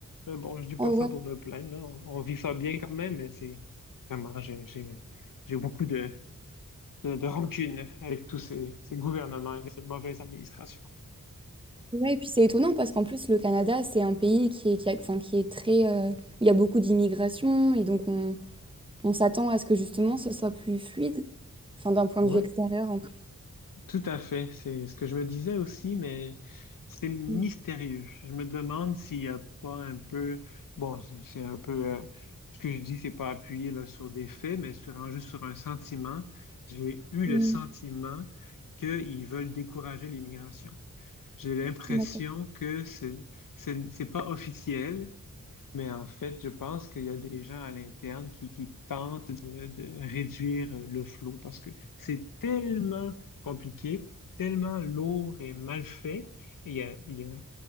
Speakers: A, on the left; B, on the right.
A: Mais bon, je dis pas
B: Oh,
A: ça
B: ouais.
A: pour me plaindre, là. On, on vit ça bien quand même, mais c'est vraiment, j'ai, j'ai, j'ai beaucoup de, de, de rancune avec tous ces, ces gouvernements et ces mauvaises administrations.
B: Ouais, et puis c'est étonnant parce qu'en plus, le Canada, c'est un pays qui est, qui a- enfin, qui est très, euh, où il y a beaucoup d'immigration et donc on, on s'attend à ce que justement ce soit plus fluide, enfin, d'un point
A: Oui,
B: de vue extérieur. en tout cas.
A: tout à fait. C'est ce que je me disais aussi, mais c'est mystérieux.
B: Mhm.
A: Je me demande s'il n'y a pas un peu, bon, c'est c'est un peu, euh, ce que je dis, c'est pas appuyé là, sur des faits, mais c'est vraiment juste sur un sentiment. J'ai eu
B: Mhm.
A: le sentiment qu'ils veulent décourager l'immigration. J'ai l'impression
B: D'accord.
A: que c'est, c'est, c'est pas officiel, mais en fait, je pense qu'il y a des gens à l'interne qui, qui tentent de, de réduire euh, le flot parce que c'est tellement compliqué, tellement lourd et mal fait, et il y a, il y a